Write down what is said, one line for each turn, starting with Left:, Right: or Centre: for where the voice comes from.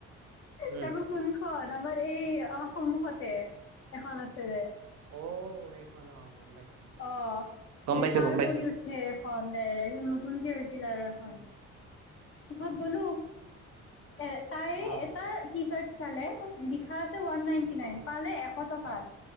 Right: উম।
Left: তাকে কোনখন আমাৰ এই অ সন্মুখতে এখন আছে যে
Right: অ', সেইখন অ', গম পাইছোঁ
Left: অ
Right: গম পাইছোঁ
Left: এই পাৰ
Right: গম পাইছোঁ
Left: কৰি উঠে
Right: অ',
Left: এখন এই নতুন কে হৈছে জিলাৰখন
Right: উম,
Left: সোখত
Right: অ',
Left: গ'লো এ তাই
Right: অ',
Left: এটা টি চাৰ্ট চালে লিখা আ <unintelligible> ওৱান নাইণ্টি নাইন
Right: অ',
Left: পালে এশ টকা